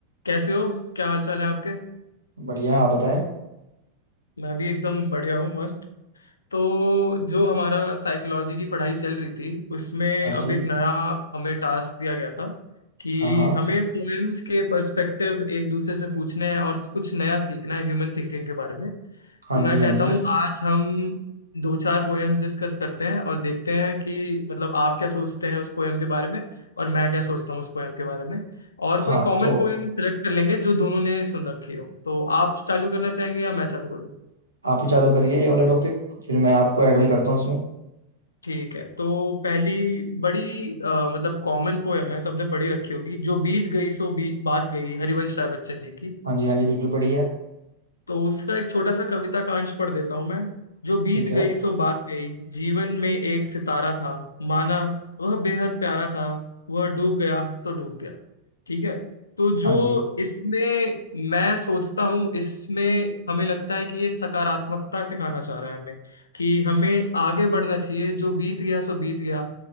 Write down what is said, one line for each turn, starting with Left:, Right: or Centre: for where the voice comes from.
Left: कैसे हो क्या हाल चाल है आपके
Right: बढ़िया आप बताएं
Left: मैं भी एकदम बढ़िया हूँ मस्त तो जो हमारा साइकोलॉजी की पढ़ाई चल रही थी उसमें
Right: हाँ
Left: अब
Right: जी
Left: एक नया हमें टास्क दिया गया था कि
Right: हाँ हाँ
Left: हमें पोएम्स के पर्सपेक्टिव एक दूसरे से पूछने हैं और कुछ नया सीखना है ह्यूमन थिंकिंग के बारे में
Right: हाँ
Left: तो मैं
Right: जी हाँ
Left: कहता
Right: जी
Left: हूँ आज हम दो चार पोएम्स डिस्कस करते हैं और देखते हैं कि मतलब आप क्या सोचते हैं उस पोएम के बारे में और मैं क्या सोचता हूँ उस पोएम के बारे में और
Right: हाँ
Left: कोई कॉमन
Right: तो
Left: पोएम सेलेक्ट कर लेंगे जो दोनों ने सुन रखी हो तो आप चालू करना चाहेंगे या मैं चालू
Right: आप ही चालू करिए ये वाला टॉपिक फिर मैं आपको ऐड ऑन
Left: करूँ
Right: करता हूँ उसमें
Left: ठीक है तो पहली बड़ी अ, मतलब कॉमन पोयम है सबने पढ़ी रखी होगी जो बीत गई सो बी, बात गई हरिवंश राय बच्चन जी की
Right: हाँ जी हाँ जी बिल्कुल बढ़िया
Left: तो उसका एक छोटा सा कविता का अंश पढ़ देता हूं मैं जो बीत
Right: ठीक है
Left: गई सो बात गई जीवन में एक सितारा था माना वह बेहद प्यारा था वह डूब गया तो डूब गया ठीक है तो जो
Right: हाँ जी
Left: इसमें मैं सोचता हूँ इसमें हमें लगता है कि ये सकारात्मकता सिखाना चाह रहा है हमें कि हमें आगे बढ़ना चाहिए जो बीत गया सो बीत गया